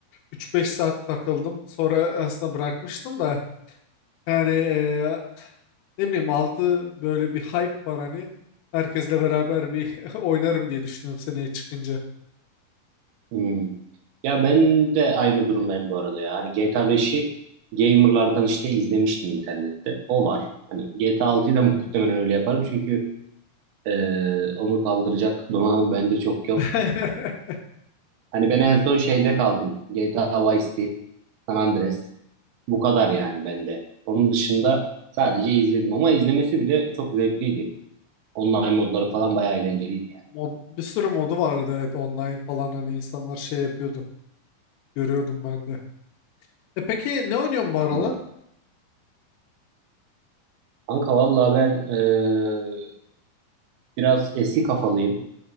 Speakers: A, on the left; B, on the right.
A: 3-5 saat takıldım. Sonra aslında bırakmıştım da. Yani eee, ne bileyim altı böyle bir hype var hani. Herkesle beraber bir <laughs> oynarım diye düşünüyorum seneye çıkınca.
B: Hmm. Ya ben de aynı durumdayım bu arada ya. Hani GTA 5'i gamerlardan işte izlemiştim internette. O var. Hani GTA 6'yı da muhtemelen öyle yaparım çünkü Ee, onu kaldıracak donanım bende çok yok.
A: <laughs>
B: Hani ben en son şeyde kaldım. GTA Vice City, San Andreas. Bu kadar yani bende. Onun dışında sadece izledim ama izlemesi bile çok zevkliydi. Online modları falan bayağı eğlenceliydi yani.
A: Mod, bir sürü modu vardı evet online falan hani insanlar şey yapıyordu. Görüyordum ben de. E peki ne oynuyorsun bu aralar?
B: Hı hı. Kanka valla ben ee, biraz eski kafalıyım.